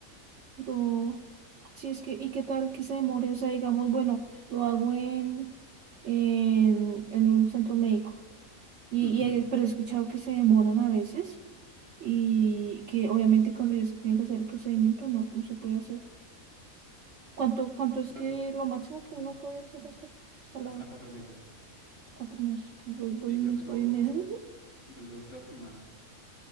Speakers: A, on the right; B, on the left.
A: pero si es que, ¿y qué tal que se demore? O sea, digamos, bueno, lo hago en, en, en un centro médico. Y,
B: Ujú.
A: y he- pero he escuchado que se demoran a veces y que obviamente cuando ya se tiene que hacer el procedimiento no, no se puede hacer. ¿Cuánto, cuánto es
B: No,
A: que lo máximo que
B: n-
A: uno puede hacer hasta, hasta la
B: hasta cuatro meses.
A: cuatro meses? Que voy, voy
B: Sí,
A: un
B: creo
A: mes,
B: que son,
A: voy un mes. <laughs>
B: incluso creo que más.